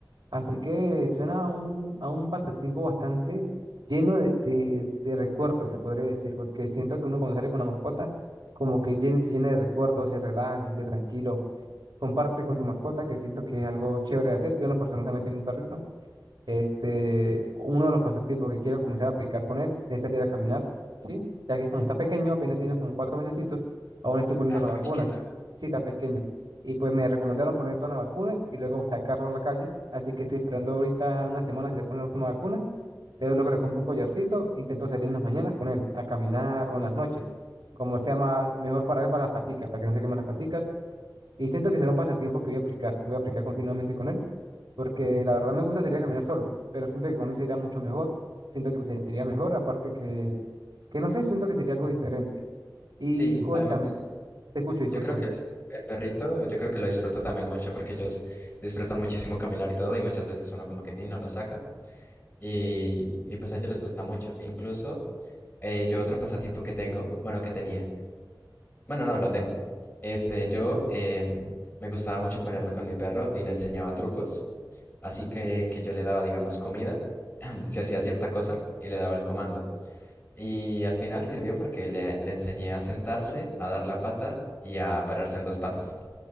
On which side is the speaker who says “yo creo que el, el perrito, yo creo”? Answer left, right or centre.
Left